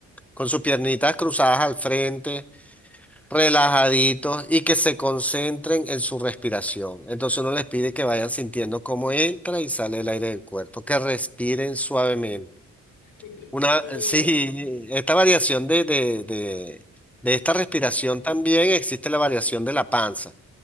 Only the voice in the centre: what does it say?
con sus piernitas cruzadas al frente, relajaditos y que se concentren en su respiración. Entonces uno les pide que vayan sintiendo cómo entra y sale el aire del cuerpo, que respiren suavemente.
Una,
sí,
esta variación de, de, de, de esta respiración también existe la variación de la panza,